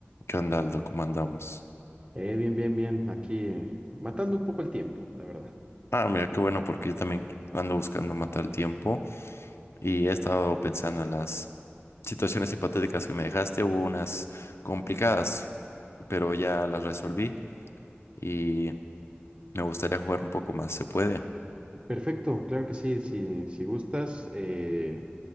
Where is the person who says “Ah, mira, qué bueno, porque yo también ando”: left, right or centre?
Left